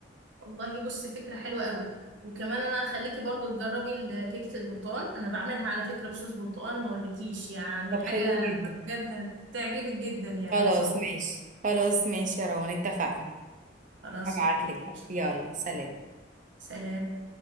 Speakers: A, on the right; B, on the right.
A: والله بصي فكرة حلوة قوي وكمان انا هخليكي برضو تجربي ال- كيكة البرتقال انا بعملها على فكرة بصوص برتقال ما اقولكيش يعني
B: طب حلو
A: حاجة
B: جدا
A: بجد هتعجبك جدا يعني
B: خلاص
A: ان شاء الله
B: ماشي خلاص ماشي يا روان اتفقنا
A: خلاص
B: هبعتلك
A: اوكي
B: بقى
A: شكراً.
B: يلا سلام
A: سلام